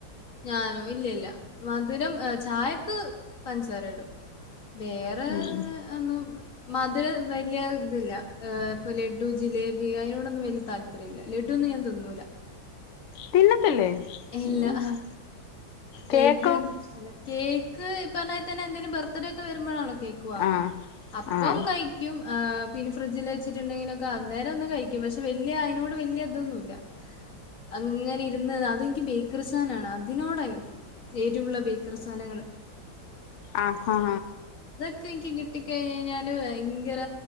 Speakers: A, on the left; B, on the left.
A: ഞാനോ ഇല്ല ഇല്ല മധുരം ചായക്ക് പൻസാര ഇടും. വേറെ
B: ഉം
A: അങ്ങനെ ഒന്നും മധുരം വലിയ ഇതില്ല ഇപ്പൊ ലഡു ജിലേബി അതിനോടൊന്നും വെല്യ താൽപ ര്യല്ല ലഡുന്നും ഞാൻ തിന്നൂല.
B: തിന്നത്തില്ലേ?
A: ഇല്ല
B: ഉം കേക്കോ
A: ലഡ്ഡും കേക്ക് ഈ പറഞമായ് തന്നെ എന്തെലും ബർത്ത്ഡേ ഒക്കെ വരുമ്പഴാണല്ലോ കേക്ക് വാങ്ങ
B: ആഹ്
A: അപ്പം
B: ആഹ്
A: കയ്ക്കും. പിന്നെ ഫ്രിഡ്ജിൽ വച്ചിട്ടുണ്ടെങ്കിലൊക്കെ അന്നേരം ഒന്ന് കഴിക്കും. പക്ഷെ വല്യ അതിനോട് വല്യ ഇതൊന്നുല്ല. അങ്ങനെ ഇരുന്ന് അത് ബേക്കറി സാനാണ് അതിനോടനിക്ക് ഏരുള്ള ബേക്കറി സാധനങ്ങൾ
B: ആഹാ.
A: ത് എനിക്ക് കിട്ടിക്കഴിഞ്ഞാല് ഭയങ്കര